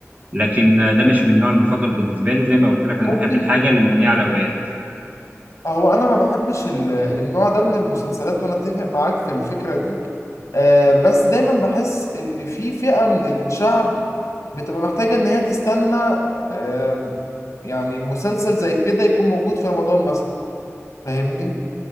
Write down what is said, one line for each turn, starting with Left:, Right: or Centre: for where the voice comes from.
Right: لكن آه، ده مش من النوع المفضل بالنسبه لي زي ما قلت لك انا
Left: ممكن
Right: بحب الحاجه اللي مبنيه على روايات
Left: هو انا ما بحبش ال- النوع ده من المسلسلات وانا اتفق معاك في الفكرة دي آه، بس دايما بحس ان في فئة من الشعب بتبقى محتاجة ان هي تستنى آه، يعني مسلسل زي كده يكون موجود في رمضان مثلا فاهمني